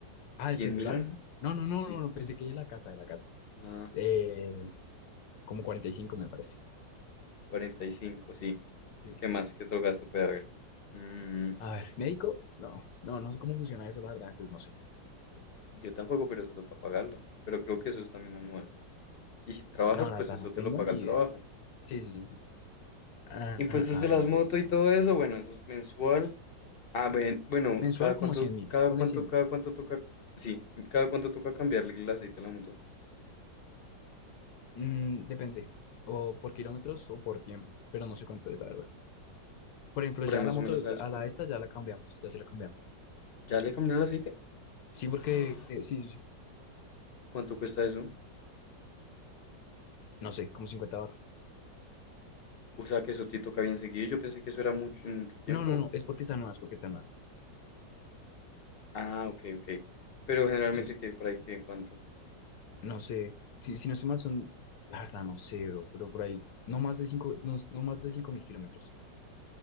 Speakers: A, on the left (about 80°); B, on the left (about 45°).
A: Ah,
B: cien
A: ¿el celular?
B: mil algo?
A: No, no, no,
B: Sí.
A: no, no, pensé que de la casa, de la casa.
B: Ah,
A: Eh, como 45 me parece.
B: cuarenta y cinco sí.
A: Sí.
B: ¿Qué más? ¿Qué otro gasto puede haber? Mm,
A: A ver, ¿médico? No, no, no sé cómo funciona eso, la verdad, entonces no sé.
B: yo tampoco, pero eso toca pagarlo. Pero creo que eso es también anual. Y si trabajas,
A: No, la
B: pues
A: verdad,
B: eso
A: no tengo
B: te lo paga
A: ni
B: el trabajo.
A: idea. Sí, sí. Ah,
B: Impuestos
A: ah, a
B: de
A: ver,
B: las
A: no
B: motos
A: sé.
B: y todo eso, bueno, eso es mensual. Ah, ven, bueno,
A: Mensual
B: cada
A: como
B: cuánto,
A: 100 mil.
B: cada
A: Ponle
B: cuánto,
A: cien
B: cada cuánto toca, sí, cada cuánto toca cambiarle el aceite a la moto.
A: Mm, depende, o por kilómetros o por tiempo, pero no sé cuánto es la verdad. Por ejemplo,
B: Por
A: ya
B: ahí más
A: la moto,
B: o menos sabes
A: a
B: cuánto.
A: la esta ya la cambiamos, ya se la cambiamos.
B: ¿Ya le cambió el aceite?
A: Sí, porque,
B: <gasps>
A: eh, sí, sí, sí,
B: ¿Cuánto cuesta eso?
A: no sé, como 50 barras.
B: O sea, que eso te toca bien seguido. Yo pensé que eso era mucho, mucho tiempo.
A: No, no, no, es porque está nueva, es porque está nueva.
B: Ah, ok, ok. Pero generalmente
A: Sí, sí,
B: que por ahí que cuánto?
A: no sé, sí, si no sé mal son, la verdad no sé, bro, pero por ahí, no más de 5 no, no más de cinco mil kilómetros.